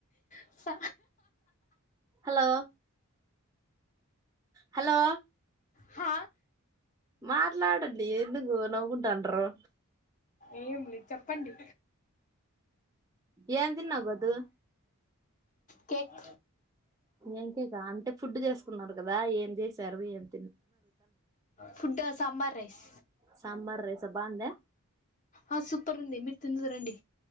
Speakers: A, on the left; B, on the right.
A: స
B: హలో హలో
A: హా
B: మాట్లాడండి ఎందుగు నవ్వుకుంటానృ
A: ఏం లే చెప్పండి
B: ఏమ్ తిన్నావ్ గొతు
A: కేక్
B: ఎంకేక అంటే ఫుడ్ చేసుకున్నారు కదా ఏం చేస్ తర్వియన్
A: ఫుడ్డా సాంబార్ రైస్
B: సాంబార్ రైసా బాగుందా
A: ఆ సూపర్ ఉంది మి తిందువు రండి